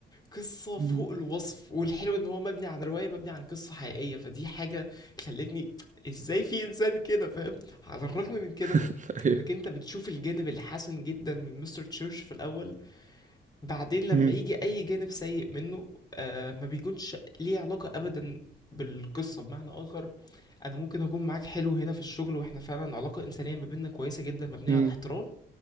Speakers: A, on the left (about 20°); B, on the right (about 40°).
A: قصة فوق
B: مم.
A: الوصف والحلو ان هو مبني عن رواية مبني عن قصة حقيقية فدي حاجة خلتني ازاي في انسان كده فاهم على الرغم من كده
B: <laughs> ايوه
A: انك انت بتشوف الجانب الحسن جدا من مستر تشيرش في الاول بعدين لما
B: مم.
A: يجي اي جانب سيء منه آه ما بيكونش ليه علاقة ابدا بالقصة بمعنى اخر انا ممكن اكون معاك حلو هنا في الشغل واحنا فعلا علاقة انسانية ما بيننا كويسة جدا مبنية
B: امم
A: على احترام